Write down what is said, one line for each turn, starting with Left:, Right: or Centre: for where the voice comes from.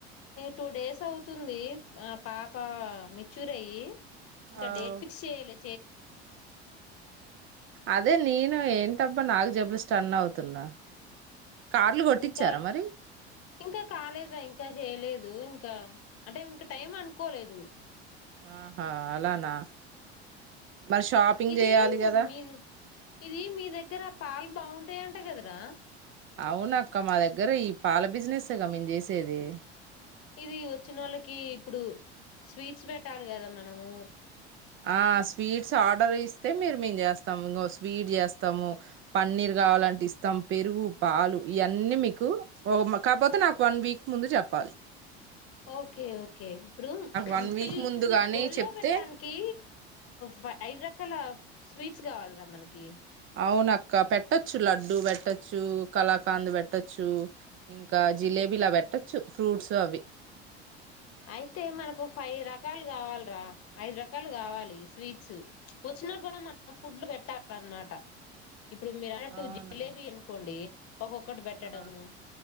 Left: టూ డేస్ అవుతుంది ఆ పాప మెచ్యూర్ అయ్యి ఇంకా
Right: అవ్
Left: డేట్ ఫిక్స్ చేయాలే
Right: అదే నే ఏంటబ్బా నాకు చెప్పలే స్టన్ అవుతున్నా కార్లు కొట్టించారా
Left: ఇంకా
Right: మరి
Left: ఇంకా కాలేదురా ఇంకా చేయలే ఇంకా అంటే ఇంక టైం అనుకోలేదు
Right: అహా అలానా మరి షాపింగ్
Left: ఇది
Right: చేయాలి కదా
Left: మీది ఇది మీ దగ్గర పాలు బాగుంటాయింట కదరా
Right: అవును అక్క మా దగ్గర ఈ పాల బిజినెస్ గా మేము చేసేది
Left: ఇది వచ్చినోళ్ళకి ఇప్పుడు స్వీట్స్ పెట్టాలి కదా మనము
Right: ఆ స్వీట్స్ ఆర్డర్ ఇస్తే మీరు మేము చేస్తాము ఇంగ స్వీట్ చేస్తాము పన్నీర్ కావాలంటే ఇస్తాం పెరుగు పాలు ఇవన్నీ మీకు ఒ కాపోతే నాకు వన్ వీక్ ముందు చెప్పా ఫస్ట్
Left: ఓకే ఓకే ఇప్పుడు
Right: వన్ వీక్
Left: పిల్
Right: ముందు గాని
Left: ఒళ్లో
Right: చెప్తే
Left: పెట్టానికి ఫై ఐదు రకాల స్వీట్స్ కావాలి కథ మనకి
Right: అవునక్క పెట్టొచ్చు లడ్డూ పెట్టొచ్చు కళాకాండ్ పెట్టొచ్చు ఇంకా జిలేబీ లా పెట్టొచ్చు ఫ్రూట్స్ అవి
Left: అయితే మనకు ఫైవ్ రకాలు గావాలిరా ఐదు రకాలు గావాలి స్వీట్స్ వచ్చినా గూడా మనం ఫుడ్లు పెట్టాల అన్మాట ఇప్పుడు మీరు అన్నట్టు
Right: అవునా
Left: జిలేబీ అనుకోండి ఒక్కొక్కటి పెట్టడము
Right: ఆ,